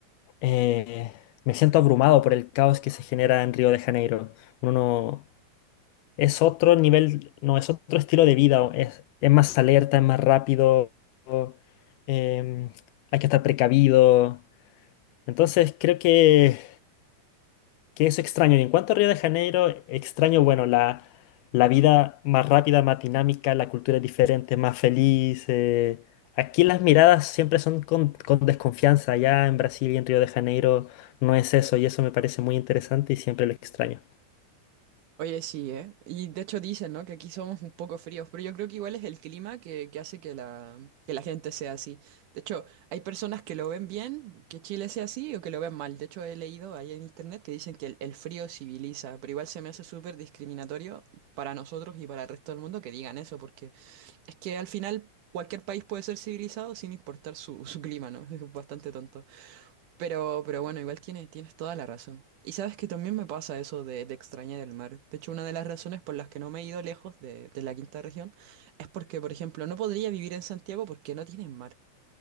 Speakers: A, on the left; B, on the right.
A: eh, me siento abrumado por el caos que se genera en Río de Janeiro. Uno no- Es otro nivel, no, es otro estilo de vida. o Es, es más alerta, es más rápido. o, em, hay que estar precavido. Entonces creo que, que eso extraño. Y en cuanto a Río de Janeiro, extraño, bueno, la, la vida más rápida, más dinámica, la cultura es diferente, más feliz. eh. Aquí las miradas siempre son con, con desconfianza. Allá en Brasil y en Río de Janeiro no es eso y eso me parece muy interesante y siempre lo extraño.
B: Oye, sí, ¿eh? Y de hecho dicen, ¿no? Que aquí somos un poco fríos, pero yo creo que igual es el clima que, que hace que la, que la gente sea así. De hecho, hay personas que lo ven bien, que Chile sea así, o que lo ven mal. De hecho, he leído ahí en internet que dicen que el, el frío civiliza, pero igual se me hace súper discriminatorio para nosotros y para el resto del mundo que digan eso, porque es que al final cualquier país puede ser civilizado sin importar su, <laughs> su clima, ¿no? <laughs> Es bastante tonto. Pero, pero bueno, igual tienes, tienes toda la razón. Y sabes que también me pasa eso de, de extrañar el mar. De hecho, una de las razones por las que no me he ido lejos de, de la quinta región es porque, por ejemplo, no podría vivir en Santiago porque no tienen mar.